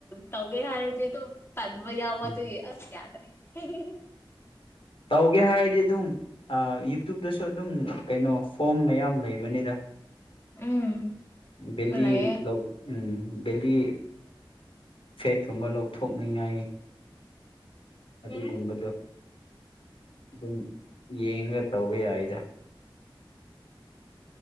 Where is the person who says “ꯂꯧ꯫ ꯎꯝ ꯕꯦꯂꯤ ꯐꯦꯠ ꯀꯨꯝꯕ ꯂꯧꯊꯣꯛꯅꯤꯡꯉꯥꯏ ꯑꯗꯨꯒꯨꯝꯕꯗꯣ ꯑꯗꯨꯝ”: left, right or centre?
Left